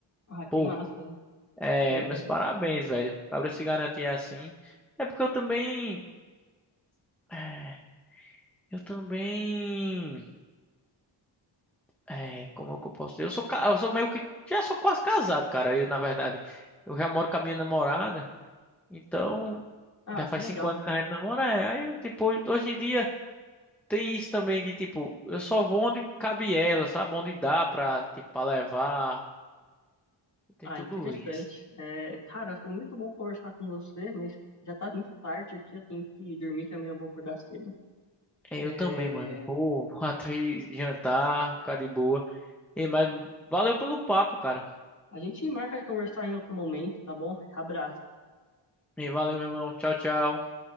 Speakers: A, on the left; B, in the centre.
A: Ah, que
B: Pô,
A: massa.
B: é,
A: É...
B: meus parabéns, velho. O Cabra se garantir assim. É porque eu também, eh, eu também. É, como é que eu posso dizer? Eu sou, ca- eu sou meio que. Já sou quase casado, cara. Eu, na verdade, eu já moro com a minha namorada. Então,
A: Ah,
B: já
A: que
B: faz
A: legal.
B: cinco anos que a gente namora. É. Aí, eu, tipo, hoje em dia tem isso também de, tipo, eu só vou onde cabe ela, sabe? Onde dá pra, tipo, pra levar. Tem
A: Ah,
B: tudo
A: interessante.
B: isso.
A: É, cara, foi muito bom conversar com você, mas já tá muito tarde aqui, eu tenho que dormir, que amanhã eu vou acordar cedo.
B: É,
A: É,
B: eu também, mano. Vou, vou atrás jantar, ficar de boa. E, mas valeu pelo papo, cara.
A: a gente marca de conversar em outro momento, tá bom? Abraço.
B: E valeu, meu irmão. Tchau, tchau.